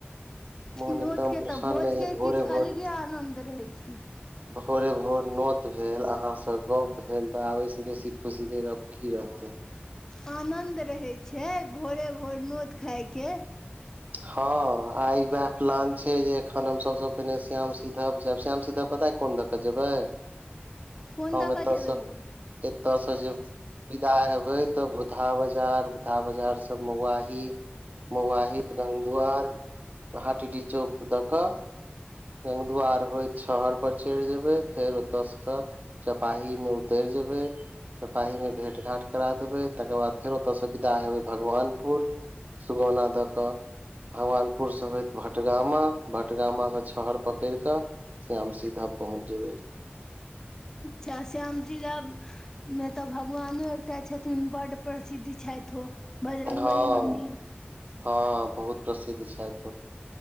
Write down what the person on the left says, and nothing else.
नोत
केँ
तऽ भोज
केँ
किछ
अलगे आनन्द रहय छैय
आनन्द रहैत छै भोरे भोर नोत खाय केँ
कोन
दऽ कऽ
जेबै यौ
अच्छ श्याम जी <unintelligible> भगवानो एकटा छथिन बड प्रसिद्धि छैथ ओ बजरंग
बली मंदिर